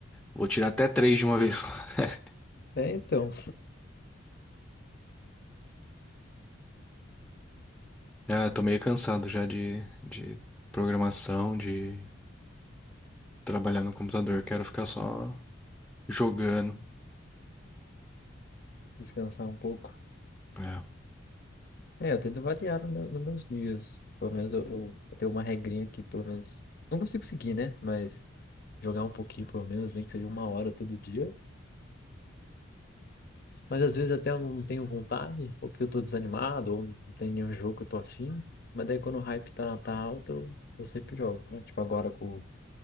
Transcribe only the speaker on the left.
É, então,
descansar um pouco.
É, eu tento variar no meu- nos meus dias. Pelo menos eu, eu, eu tenho uma regrinha que, pelo menos, não consigo seguir, né? Mas jogar um pouquinho, pelo menos, nem que seja uma hora todo dia. Mas às vezes até eu não tenho vontade, ou porque eu tô desanimado, ou não tem nenhum jogo que eu tô afim. Mas daí quando o hype tá, tá alto, eu, eu sempre jogo, né? Tipo agora com o